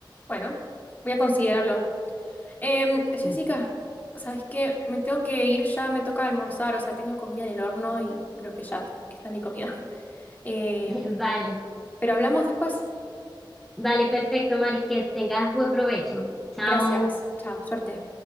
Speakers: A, on the left; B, in the centre.
A: Bueno, voy a considerarlo. Em, Jessica,
B: Sí.
A: ¿sabes qué? Me tengo que ir ya, me toca almorzar. O sea, tengo comida en el horno y creo que ya está mi comida. <laughs> Em,
B: <laughs> Vale,
A: pero hablamos después.
B: vale, perfecto, Mari, que tengas buen provecho. Chao.
A: Gracias. Chao, suerte.